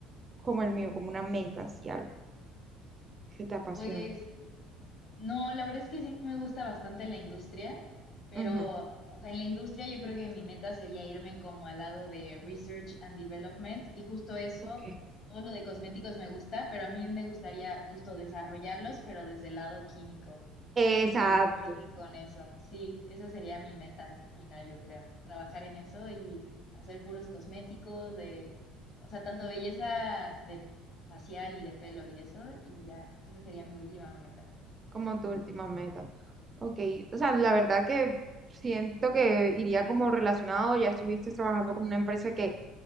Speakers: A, on the right (about 25°); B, on the left (about 45°).
A: como el mío, como una meta, así algo que te apasione.
B: Pues No, la verdad es que sí me gusta bastante la industria, pero,
A: Ujú.
B: o sea, en la industria yo creo que mi meta sería irme como al lado de research and development y justo eso,
A: Ok.
B: todo lo de cosméticos me gusta, pero a mí me gustaría justo desarrollarlos, pero desde el lado químico.
A: Exacto,
B: Y yo creo que con eso, sí, esa sería mi meta final, yo creo, trabajar en eso y hacer puros cosméticos de, o sea, tanto belleza de facial y de pelo y eso, y ya, esa sería mi última meta.
A: como tu última meta. Ok, o sea, la verdad que siento que iría como relacionado, ya estuviste trabajando con una empresa que,